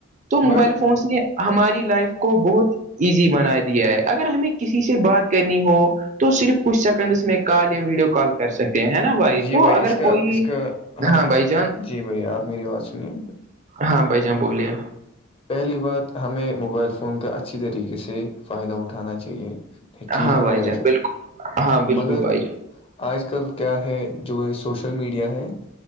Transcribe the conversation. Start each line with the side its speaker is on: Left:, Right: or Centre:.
Right: تو موبائل
Left: بٹ
Right: فونس نے ہماری لائف کو بہت ایزی بناائے ہے اگر ہمیں کسی سے بات کرنی ہو تو صرف کچھ سیکنڈس میں کال یا ویڈیو کال کر کر سکے ہے نا بھائی
Left: جی
Right: تو اگر
Left: اس کا
Right: کوئی
Left: اس کا ہم
Right: ہاں بھائی جان
Left: جی بھائی آپ میری بات سنیے
Right: ہاں بھائی جاں بولیے
Left: پہلی بات ہمیں موبائل فون کا اچھی طریقے سے فائدہ اٹھانا چاہیے ٹھیک
Right: ہاں
Left: ہے نا بھائی جان
Right: بالکل ہاں بالکل
Left: مگر
Right: بھائی جان
Left: آج کل کیا ہے جو سوشل میڈیا ہے